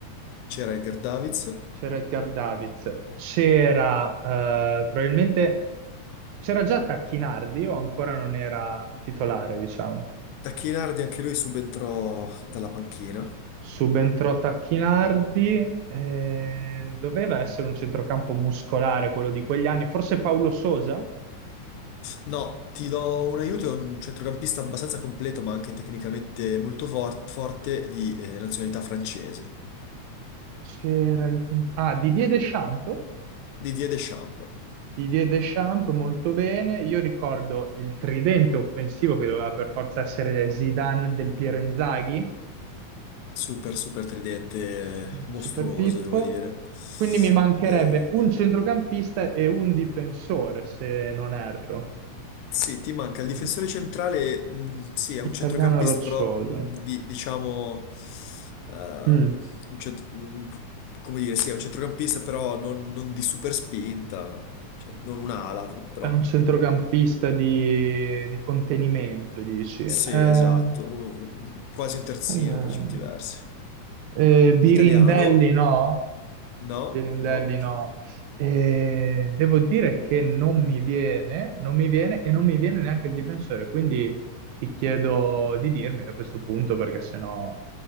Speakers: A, on the left; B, on the right.
A: C'era Edgar Davids,
B: c'era Edgar Davids, c'era eh, probabilmente c'era già Tacchinardi o ancora non era titolare, diciamo.
A: Tacchinardi anche lui subentrò dalla panchina.
B: Subentrò Tacchinardi, eh, doveva essere un centrocampo muscolare quello di quegli anni, forse Paolo Sosa,
A: No, ti do un aiuto, è un centrocampista abbastanza completo, ma anche tecnicamente molto for- forte di eh, nazionalità francese,
B: c'era il- ah, Didier Deschamps,
A: Didier Deschamps.
B: Didier Deschamps molto bene. Io ricordo il tridente offensivo che doveva per forza essere Zidane del Piero Inzaghi,
A: Super, super tridente, eh,
B: su-
A: mostruoso,
B: Super Pippo.
A: devo dire.
B: Quindi mi mancherebbe
A: E
B: un centrocampista e un difensore, se non erro.
A: Sì, ti manca il difensore
B: Mm.
A: centrale, mh, sì, è
B: Italiano
A: un centrocampista,
B: roccioso.
A: però mh, di- diciamo, eh,
B: Mm.
A: un cent- mh, come dire, sì, è un centrocampista, però non, non di super spinta, cioè non un'ala, pro- però
B: È un centrocampista di, di contenimento, dici.
A: sì,
B: Eh,
A: esatto, un- un- quasi un terzino
B: eh,
A: per certi versi.
B: eh, Birindelli
A: Italiano,
B: no?
A: no,
B: Pirandelli
A: no,
B: no. E devo dire che non mi viene, non mi viene e non mi viene neanche il difensore, quindi ti chiedo di dirmelo a questo punto perché sennò